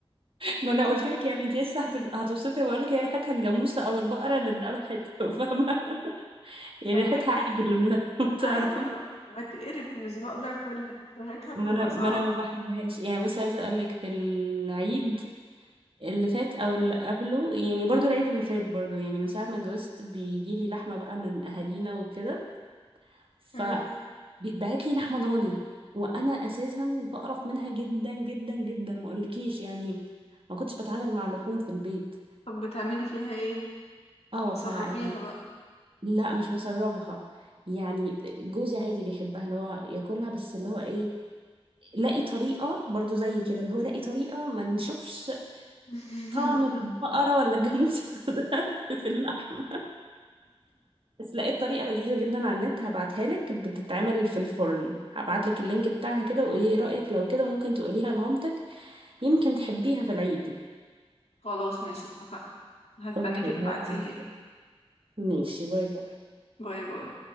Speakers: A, on the right; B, on the left.
A: ما انا
B: <laughs>
A: قلت لك يعني انت لسه هتبقى هتوصفي بقول لك هي ريحتها الجاموسة او البقرة اللي اتذبحت <laughs> فاهمة يعني
B: فبجد
A: ريحتها عجل ما تعرفي
B: ايوه
A: <laughs>
B: ب- بتقرف مش بقدر اكلها ريحتها بتبقى
A: ما انا
B: صعب
A: ما انا ما بحبهاش يعني بس عايزه اقول لك في العيد اللي فات او اللي قبله يعني برضو العيد اللي فات برضو يعني من ساعه ما اتجوزت بيجي لي لحمه بقى من اهالينا وكده ف
B: مم.
A: بيتبعت لي لحمه ضاني وانا اساسا بقرف منها جدا جدا جدا ما اقولكيش يعني ما كنتش بتعامل مع لحوم في البيت
B: طب بتعملي فيها ايه
A: اه
B: بتسربيها
A: ف يعني
B: بقى
A: لا مش بسربها يعني جوزي عادي بيحبها اللي هو ياكلها بس اللي هو ايه لاقي طريقة برضو زي كده اللي هو لاقي طريقة ما نشوفش
B: <laughs>
A: طعم البقرة ولا الجاموسة <laughs> ده في اللحمة بس لقيت طريقة لذيذة جدا على النت هبعتها لك بتتعمل في الفرن هبعت لك اللينك بتاعها كده وقولي لي رأيك لو كده ممكن تقوليها لمامتك يمكن تحبيها في العيد
B: خلاص ماشي اتفقنا هستناكي
A: اوكي
B: تبعتيها
A: هبعتها
B: لي
A: لك. ماشي باي باي
B: باي باي